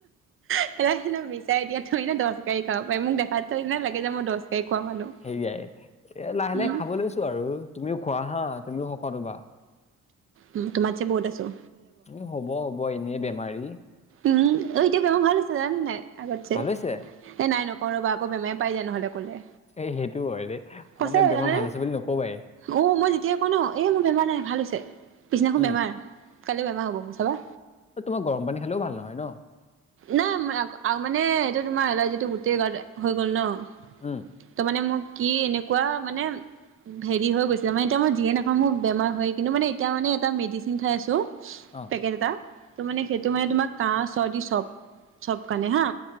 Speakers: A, on the right; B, on the left.
A: <unintelligible> মিছা এতিয়া, থৰিনা দচ কাঁহি খাব পাৰি। মোক দেখাত থৰিনা লাগে যে মই দহ কাঁহি খোৱা মানুহ।
B: হেৰিয়াই, এ, লাহে
A: উম,
B: লাহে খাব লৈছোঁ আৰু, তুমিও খোৱা হা, তুমিও শকত হ'বা।
A: উম, তোমাতছে বহুত আছোঁ।
B: এ, হ'ব হ'ব, এনেই বেমাৰী।
A: উম, অ', এতিয়া বেমাৰ ভাল হৈছিলা নে নাই আগতচে।
B: ভাল
A: এ,
B: হৈছে
A: নাই নকওঁ ৰ'বা আকৌ বেমাৰে পাই যায় নহ'লে ক'লে।
B: এই সেইটো হয় দেই,
A: সঁচাই
B: মানে বেমাৰ
A: জানানে
B: ভাল হৈছে বুলি নক'বায়ে।
A: অ' মই যেতিয়াই কওঁ ন' এ, মোৰ বেমাৰ নাই ভাল হৈছে পিছদিনাখন
B: উম
A: বেমাৰ, কাইলৈ বেমাৰ হ'ব মোৰ চাবা।
B: ঐ তোমাৰ গৰম পানী খালেও ভাল নহয় ন'?
A: নাই <unintelligible> মানে সেইটো তোমাৰ এলাৰ্জিটো গোটেই গাত হৈ গ'ল ন'।
B: উম।
A: ত' মানে মোক কি এনেকুৱা মানে হেৰি হৈ গৈছিলে, মানে এতিয়া মই যিয়ে নাখাওঁ মোৰ বেমাৰ হয় কিন্তু মানে এতিয়া মানে এটা মেডিচিন খাই আছোঁ
B: অ'।
A: সেই দুটা, ত' মানে সেইটো মানে তোমাৰ কাহ চৰ্দি চব চব কাৰণে হা,